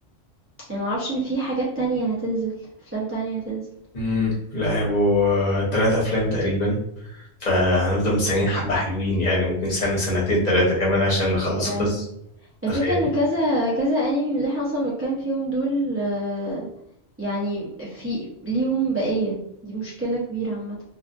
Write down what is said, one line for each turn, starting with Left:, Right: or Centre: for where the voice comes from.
Right: يعني ما أعرفش إن في حاجات تانية هتنزل، أفلام تانية هتنزل،
Left: امم لا هيبقوا آه، تلات افلام تقريبا فهنفضل مستنيين حبة حلوين يعني ممكن سنة سنتين تلاتة كمان عشان نخلص
Right: يا لهوي!
Left: القصة
Right: الفكرة
Left: تخيل
Right: إن كذا كذا anime من اللي إحنا أصلًا بنتكلم فيهم دول آه، يعني في ليهم بقية، دي مشكلة كبيرة عامةً،